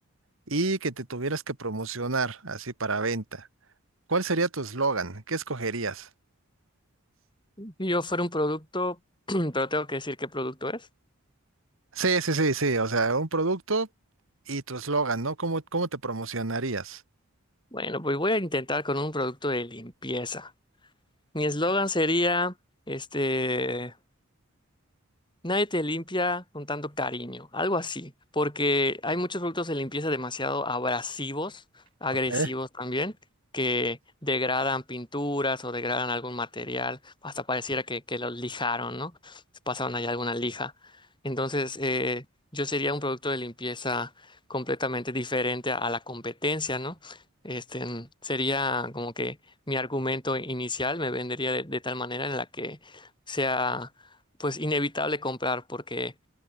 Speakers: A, on the right; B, on the left.
A: y que te tuvieras que promocionar así para venta. ¿Cuál sería tu eslogan? ¿Qué escogerías?
B: Si yo fuera un producto, <clears throat> pero tengo que decir qué producto es.
A: Sí, sí, sí, sí, o sea, un producto y tu eslogan, ¿no? ¿Cómo, cómo te promocionarías?
B: Bueno, pues voy a intentar con un producto de limpieza. Mi eslogan sería, este, Nadie te limpia con tanto cariño, algo así, porque hay muchos productos de limpieza demasiado abrasivos, agresivos
A: Ok.
B: también, que degradan pinturas o degradan algún material, hasta pareciera que, que los lijaron, ¿no? Pasaron ahí alguna lija. Entonces, eh, yo sería un producto de limpieza completamente diferente a, a la competencia, ¿no? Este, mm, sería como que mi argumento inicial me vendería de de tal manera en la que sea pues inevitable comprar porque